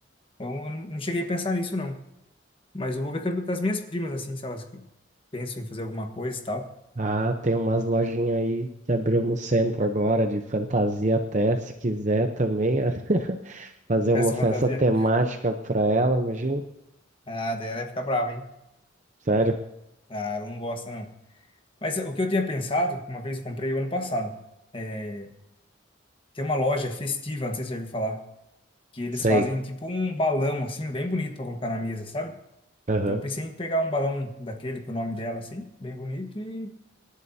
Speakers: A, on the left; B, on the right.
A: Então, eu não não cheguei a pensar nisso não. Mas eu vou ver com com as minhas primas assim, se elas que pensam em fazer alguma coisa e tal.
B: Ah, tem umas lojinhas aí que abriu no centro agora, de fantasia até, se quiser também, ah, <laughs> fazer
A: Peça
B: uma festa
A: fantasia.
B: temática pra ela, imagina.
A: Ah, daí ela vai ficar brava, hein?
B: Sério?
A: Ah, ela não gosta Mas o que eu tinha pensado, uma vez eu comprei o ano passado, é, tem uma loja festiva, não sei se você já ouviu falar, que eles
B: Sei.
A: fazem tipo um balão, assim, bem bonito para colocar na mesa, sabe?
B: Aham.
A: Então eu pensei em pegar um balão daquele com o nome dela, assim, bem bonito, e